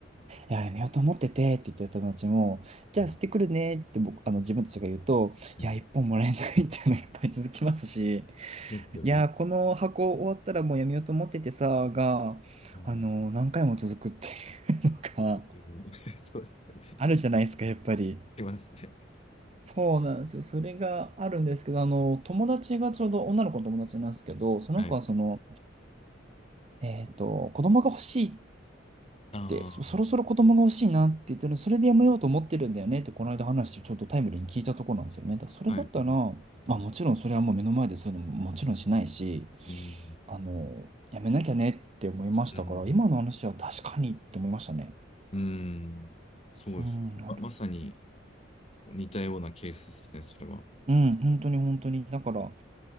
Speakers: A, on the right; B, on the left.
A: いや、やめようと思っててって言ってる友達も、じゃあ捨ててくるねって僕、
B: うん。
A: あの自分たちが言うと、
B: はい。
A: いや、一本もらえないっていうのがやっぱり続きますし、
B: そうですよね。
A: いや、この箱終わったらもうやめようと思っててさ、が、
B: うん。
A: あの、何回も続くっていうのが
B: うん <laughs> そうですよね。
A: あるじゃないですか、やっぱり。
B: しますね。
A: そうなんですよ。それがあるんですけど、あの、友達がちょうど女の子の友達なんですけど、その子はその、
B: はい。
A: えっと、子供が欲しい
B: あ
A: て、そ、そろそろ子供が欲しいなって言ってるそれでやめようと思ってるんだよねって、この間話、ちょっとタイムリーに聞いたところなんですよね。だからそれだったら、
B: あ、はい。
A: まあ、
B: うん。
A: もちろんそれはもう目の前でそういうのももちろんしないし、
B: うん。
A: あの、やめなきゃねって思いましたから、
B: うん。うん
A: 今の話は確かにって思いましたね。
B: うんそうですね。
A: うん、なる。
B: ま、まさに似たようなケースですね、それは。
A: うん、本当に本当に。だから、